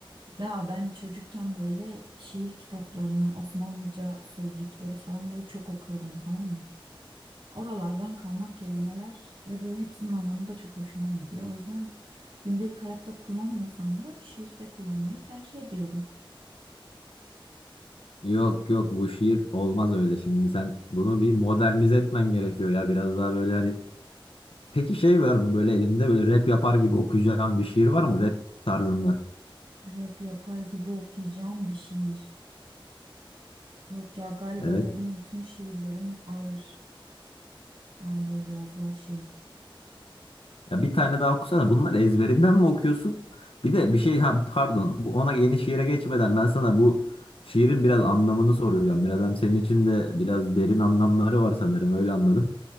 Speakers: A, on the right; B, on the left.
A: Ya ben çocukken böyle şiir kitaplarını, Osmanlıca sözlükleri falan böyle çok okuyordum tamam mı? Oralardan kalma kelimeler ve böyle hepsinin anlamı da çok hoşuma gidiyor. O yüzden gündelik hayatta kullanmasam da şiirde kullanmayı tercih ediyorum.
B: Yok yok bu şiir olmaz öyle şimdi. Sen bunu bir modernize etmen gerekiyor ya biraz daha böyle hani. Peki şey var mı böyle elinde böyle rap yapar gibi okuyacağın bir şiir var mı rap tarzında?
A: Rap yapar gibi okuyacağım bir şiir. Yok ya galiba
B: Evet.
A: benim bütün şiirlerim ağır. Yani böyle biraz daha şey.
B: Ya bir tane daha okusana. Bunları ezberinden mi okuyorsun? Bir de bir şey ha, pardon. Bu ona yeni şiire geçmeden ben sana bu şiirin biraz anlamını soracağım. Biraz hem senin için de biraz derin anlamları var sanırım. Öyle anladım.